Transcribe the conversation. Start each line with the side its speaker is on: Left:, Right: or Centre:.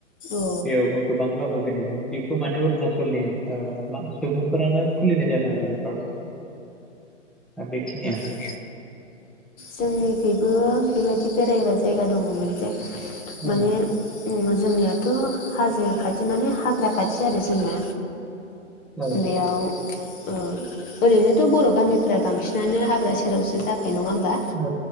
Left: औ
Centre: बेयावबो गोबां दावबायबायनायजों बे खौ माने अरुणाचलनि ओ मा सुबुंफोरानो खुलिनाय जादों आरो बे पार्क दा बेखिनियानो
Left: औ जोंनिथिं बो बेबायदि बेरायग्रा जायगा दङ' मोनसे माने
Centre: औ
Left: उम जोंनियाथ' हाजो खाथि माने हाग्रा खाथि आरो जोंना
Centre: औ
Left: बेयाव ओ ओरैनोथ' बर' गामि फोरा बांसिनानो हा हाग्रा सेरावसो जागोन नङा होमबा
Centre: औ